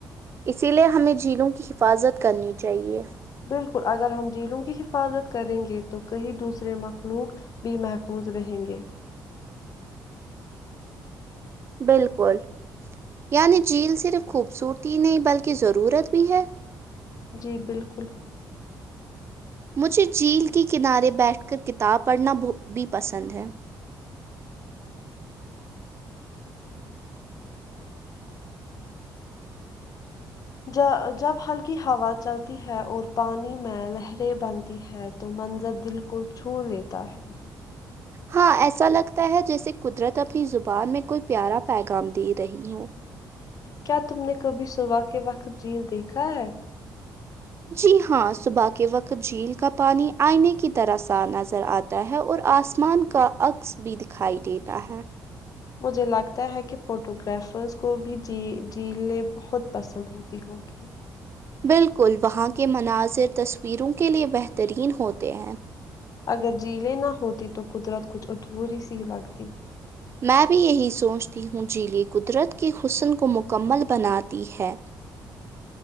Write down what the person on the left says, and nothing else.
بالکل اگر ہم جھیلوں کی حفاظت کریں گے تو کہیں دوسرے مخلوق بھی محفوظ رہیں گے
جی بالکل
ج جب ہلکی ہوا چلتی ہے اور پانی میں لہریں بنتی ہے تو منظر دل کو چھو لیتا ہے
کیا تم نے کبھی صبح کے وقت جیل دیکھا ہے
مجھے لگتا ہے کہ فوٹو گگرافرز کو بھی جیلیں بہت پسند ہوتی ہوگی
اگر جھیلیں نہ ہوتی تو قدرت کچھ ادھوری سی لگتی